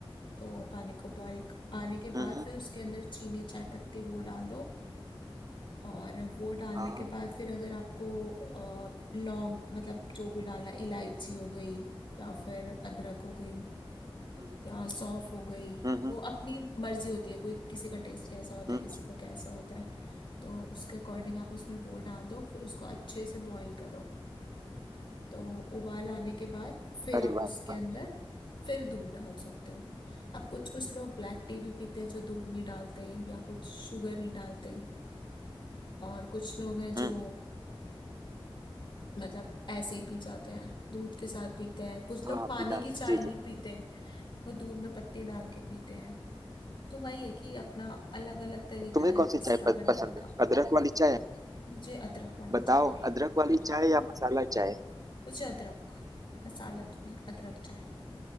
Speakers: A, on the left (about 55°); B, on the right (about 40°).
A: तो पानी को बॉईल आने के
B: हम्म
A: बाद
B: हम्म,
A: फिर उसके अंदर चीनी चाय पत्ती वो डाल दो और वो डालने
B: हाँ
A: के
B: हाँ
A: बाद फिर अगर आपको अ, लौंग मतलब जो भी डालना इलायची हो गई या फिर अदरक हो गई
B: हम्म
A: या सौंफ हो गई
B: हम्म हम्म,
A: वो अपनी मर्जी होती है कोई किसी का टेस्ट कैसा होता
B: हम्म,
A: है किसी का कैसा होता है तो उसके अकॉर्डिंग आप उसमें वो डाल दो फिर उसको अच्छे से बॉईल करो तो उबाल आने के बाद फिर
B: अरे
A: आप
B: वाह
A: उसके
B: वाह,
A: अंदर फिर दूध डाल सकते हो अब कुछ कुछ लोग ब्लैक टी भी पीते हैं जो दूध नहीं डालते या कुछ शुगर नहीं डालते और कुछ लोग हैं
B: हम्म
A: जो
B: हम्म,
A: मतलब ऐसे ही पी जाते हैं दूध के साथ पीते हैं कुछ लोग
B: हाँ
A: पानी
B: बिना
A: की चाय
B: जी
A: नहीं
B: जी
A: पीते वो दूध में पत्ती डाल के पीते हैं तो वही है कि अपना अलग अलग तरीका
B: तुम्हें
A: है हर
B: कौन सी
A: किसी
B: चाय
A: का
B: प-
A: बनाने
B: पसंद
A: का
B: है अदरक वाली चाय
A: मुझे अदरक वाली
B: बताओ
A: चाय है
B: अदरक वाली चाय या मसाला चाय
A: मुझे अदरक मसाला धुनी अदरक चाय